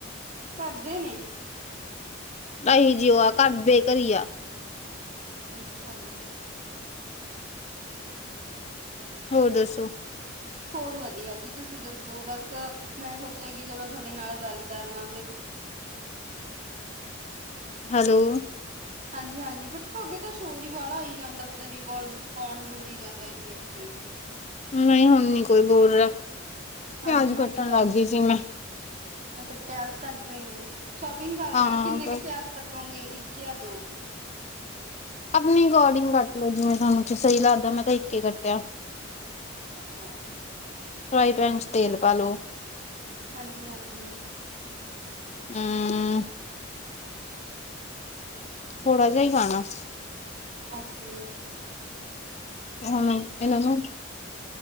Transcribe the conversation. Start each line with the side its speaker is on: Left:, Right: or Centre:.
Right: ਕਰਦੇ ਨੇ
Left: ਅਸੀਂ ਜਿਉ ਆ ਘਰ ਬੇਘਰੀ ਆ
Right: ਅੱਛਾ ਜੀ
Left: ਹੋਰ ਦੱਸੋ
Right: ਹੋਰ ਵਧੀਆ ਜੀ ਤੁਸੀਂ ਦੱਸੋ ਬਸ ਮੈਂ ਸੋਚਿਆ ਕਿ ਚਲੋ ਤੁਹਾਡੇ ਨਾਲ ਗੱਲ ਕਰ ਲਵਗੇ
Left: ਹੈਲੋ
Right: ਹਾਂਜੀ ਹਾਂਜੀ ਬਟ ਤੁਹਾਡੇ ਤਾਂ ਸ਼ੋਰ ਹੀ ਵਾਲਾ ਆ ਹੀ ਜਾਂਦਾ ਪਤਾ ਨੀ ਕੌ ਕੌਣ ਬੋਲੀ ਜਾਂਦਾ ਇੰਨੀ ਉੱਚੀ ਉੱਚੀ
Left: ਨਹੀਂ ਹੁਣ ਨੀ ਕੋਈ ਬੋਲ ਰਿਹਾ ਪਿਆਜ
Right: ਹਾਂਜੀ ਹਾਂਜੀ
Left: ਕੱਟਣ
Right: ਪਿਆ
Left: ਲੱਗ ਗਈ ਸੀ ਮੈਂ
Right: ਅੱਛਾ ਪਿਆਸ ਕੱਟ ਰਹੇ ਆ ਸ਼ੋਪਿੰਗ ਕਰਦੇਓ
Left: ਹਾਂ
Right: ਕਿੰਨੇ
Left: ਬਸ
Right: ਕੁ ਪਿਆਸ ਕੱਟੋਗੇ ਇੱਕ ਜਾਂ ਦੋ
Left: ਆਪਣੀ ਅਕੋਰਡਿੰਗ ਕੱਟ ਲੋਓ ਜਿਵੇਂ ਤੁਹਾਨੂੰ ਸਹੀ ਲੱਗਦਾ ਮੈਂ ਤਾਂ ਇੱਕੇ ਕੱਟਿਆ
Right: ਅੱਛਾ
Left: ਫਰਾਈ
Right: ਠੀਕ
Left: ਪੈਨ ਚ
Right: ਹੈ
Left: ਤੇਲ ਪਾ ਲੋ
Right: ਹਾਂਜੀ ਹਾਂਜੀ
Left: ਹਮ ਥੋੜ੍ਹਾ ਜਿ ਹੀ ਖਾਣਾ
Right: ਓਕੇ
Left: ਹੁਣ ਇਹਨਾਂ ਨੂੰ